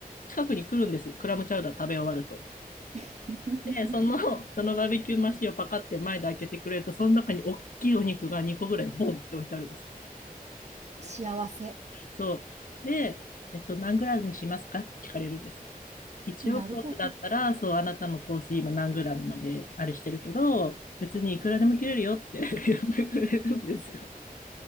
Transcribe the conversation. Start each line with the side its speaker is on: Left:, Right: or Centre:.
Left: 近くに来るんです。クラムチャウダー食べ終わると。
Right: <laughs>
Left: で、その、<laughs> そのバーベキューマシンをパカって前で開けてくれると、その中に大きいお肉が2個ぐらいボンって置いてあるんですよ。
Right: 幸せ。
Left: そう。で、えっと、何グラムにしますかって聞かれるんです。一応コースだったら、
Right: なるほど。
Left: そう、あなたのコース今何グラムので、あれしてるけど、別にいくらでも切れるよって <laughs> 言ってくれるんですよ。